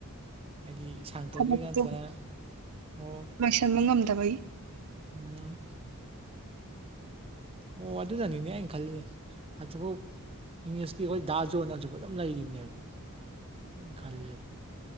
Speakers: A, on the right; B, on the right.
A: ꯍꯥꯏꯗꯤ ꯁ ꯇꯣ
B: ꯊꯕꯛꯇꯨ
A: ꯀꯁ ꯑꯣ
B: ꯆꯟꯕ ꯉꯝꯗꯕꯩ
A: ꯎꯝ ꯑꯣ ꯑꯗꯨꯅꯅꯤꯅꯦ ꯑꯩꯅ ꯈꯜꯂꯤꯅꯦ ꯍꯧꯖꯤꯐꯥꯎ ꯏꯪꯂꯤꯁꯀꯤ ꯑꯩꯈꯣꯏ ꯗꯥꯖꯣꯟ ꯅꯪꯁꯨ ꯑꯗꯨꯝ ꯂꯩꯔꯤꯕꯅꯦꯕ ꯑꯗꯨꯅ ꯈꯜꯂꯦꯕ